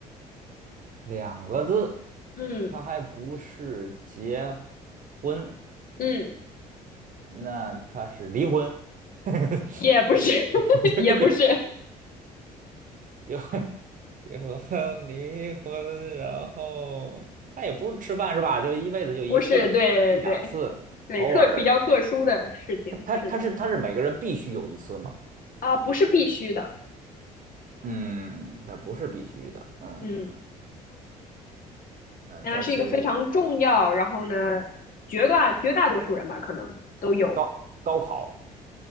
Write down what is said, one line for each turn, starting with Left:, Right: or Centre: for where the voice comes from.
Right: 两个字，
Left: 嗯
Right: 他还不是结婚，
Left: 嗯。
Right: 那他是离婚。<laughs>
Left: 也不是，
Right: 不对，
Left: <laughs>
Right: <laughs> 不对，
Left: 也不是，
Right: 有结婚离婚，然后它也不是吃饭是吧？就一辈子就一次，
Left: 不是，对对
Right: 一两次，
Left: 对，
Right: 偶尔。
Left: 特比较特殊的事情，
Right: 他他它是他是每个人必须有一次吗？
Left: 是的啊，不是必须的，
Right: 嗯，他不是必须的。嗯，
Left: 嗯，
Right: 那它是
Left: 但它是一个非常重要，然后呢，绝大绝大多数人吧，可能都有。
Right: 高高考。